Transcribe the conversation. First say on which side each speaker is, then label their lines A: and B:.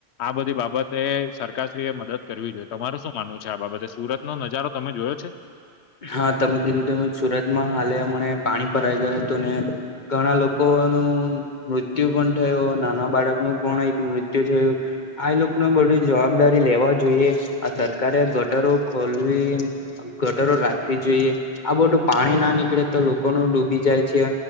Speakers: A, on the left (about 80°); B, on the left (about 45°).
A: આ બધી બાબતે સરકારશ્રી એ મદદ કરવી જોઈએ. તમાર શું માનવું છે આ બાબતે? સુરત નો નજારો તમે જોયો છે?
B: હા તમે કીધું તેમ જ સુરતમાં હાલે હમણે પાણી ભરાઈ ગયા હતું ને ઘણા લોકો નું મૃત્યુ પણ થયું, નાના બાળકનું પણ એક મૃત્યુ થયું. આ એ લોકોને બધી જવાબદારી લેવા જોઈએ આ સરકારે ગટરો ખોલવી ગટરો રાખવી જોઈએ આ બધું પાણી ના નીકળે તો લોકોનું ડૂબી જાય છે